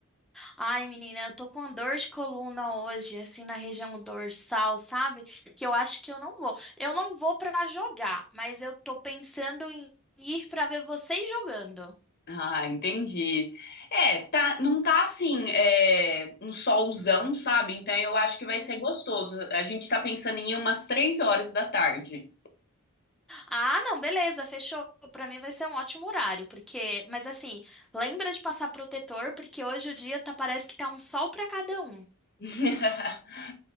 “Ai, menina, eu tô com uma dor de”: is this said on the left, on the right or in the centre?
Centre